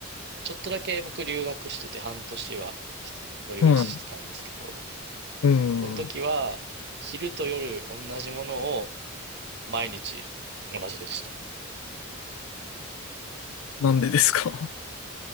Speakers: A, on the right (about 55°); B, on the left (about 80°).
A: ちょっとだけ僕留学してて半年は一人暮らししてたんですけど、
B: はい。うん。
A: その時は昼と夜同じものを毎日同じでした。
B: なんでですか